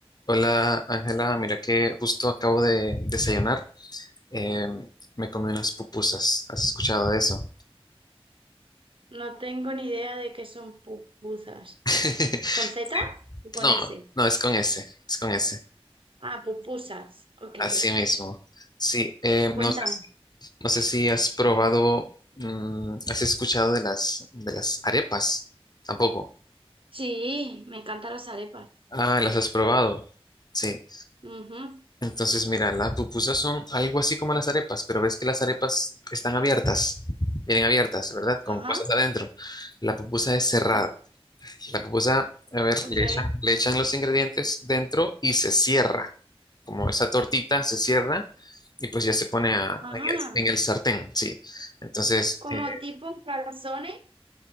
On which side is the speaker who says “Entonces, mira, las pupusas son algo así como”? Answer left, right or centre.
Left